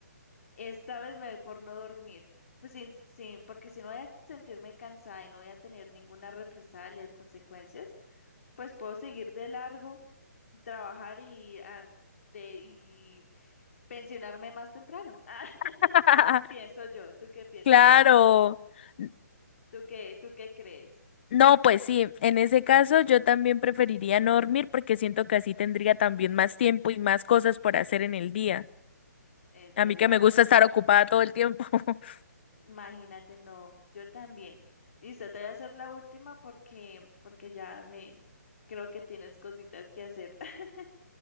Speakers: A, on the left; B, on the left.
A: esta vez me doy por no dormir. Pues sin, sin- porque si no voy a sentirme cansada y no voy a tener ninguna represalia, consecuencias, pues puedo seguir de largo, trabajar y, ah, de, y pensionarme más temprano. <laughs> Ah,
B: <laughs>
A: pienso yo. ¿Tú qué piensas?
B: claro. N-
A: ¿Tú qué, tú qué crees?
B: No, pues sí, en ese caso yo también preferiría no dormir porque siento que así tendría también más tiempo y más cosas por hacer en el día.
A: Es
B: A
A: verdad.
B: mí que me gusta estar ocupada todo el tiempo. <laughs>
A: Imagínate, no, yo también. Listo, te voy a hacer la última porque, porque ya me creo que tienes cositas que hacer. <laughs>